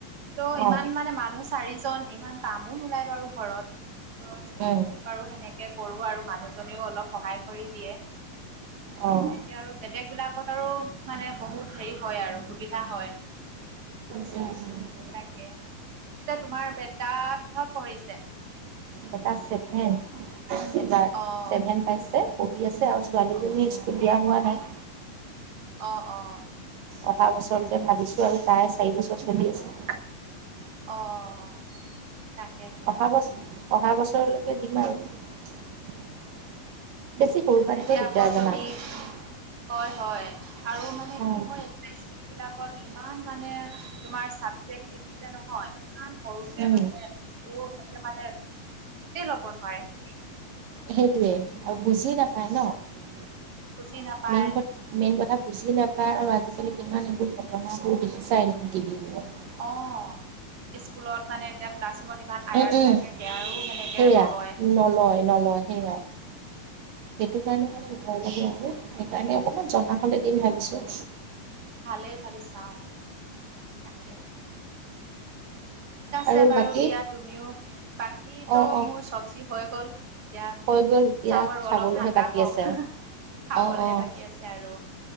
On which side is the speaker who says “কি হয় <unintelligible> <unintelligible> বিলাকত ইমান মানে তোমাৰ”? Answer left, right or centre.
Right